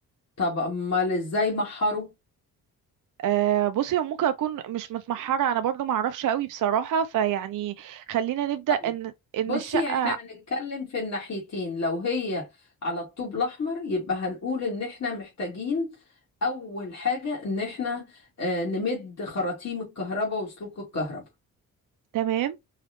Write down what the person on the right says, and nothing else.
أه بصي هو ممكن اكون مش متمحرة انا برضو معرفش قوي بصراحة فيعني خلينا نبدأ
ان ان
الشقة
تمام